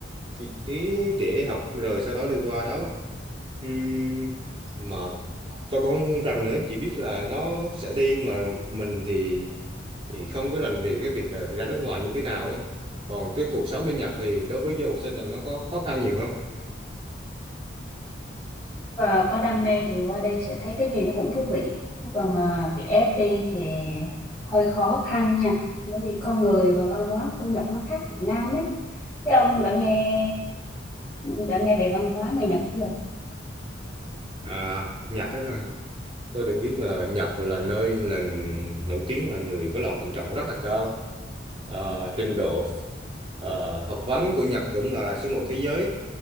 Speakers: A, on the right (about 30°); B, on the left (about 15°).
A: thì ý để học rồi sau đó đi qua đó Ừm, mà tôi cũng không không rành nữa chỉ biết là nó sẽ đi mà mình thì, thì không có rành về cái việc ờ, ra nước ngoài như thế nào ấy còn cái cuộc sống bên Nhật thì đối với du học sinh là nó có khó khăn nhiều không
B: và có đam mê thì qua đây sẽ thấy cái gì nó cũng thú vị chứ còn mà bị ép đi thì hơi khó khăn nha bởi vì con người và văn hóa của Nhật nó khác Việt Nam ấy thế ông đã nghe đã nghe về văn hóa người Nhật chưa
A: à Nhật á Tôi được biết là Nhật là nơi là nổi tiếng là người có lòng tự trọng rất là cao. Ờ, trình độ ờ, học vấn của Nhật cũng là số một thế giới.